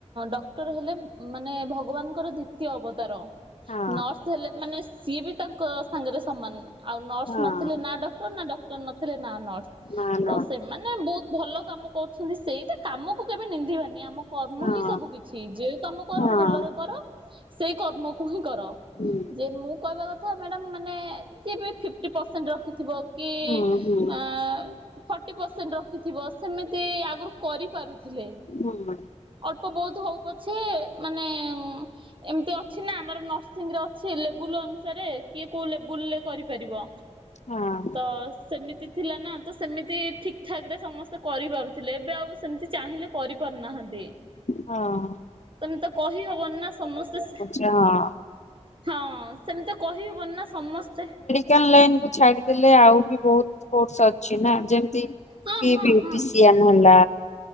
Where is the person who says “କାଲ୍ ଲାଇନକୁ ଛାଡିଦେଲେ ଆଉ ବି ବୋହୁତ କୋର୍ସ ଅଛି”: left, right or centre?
Left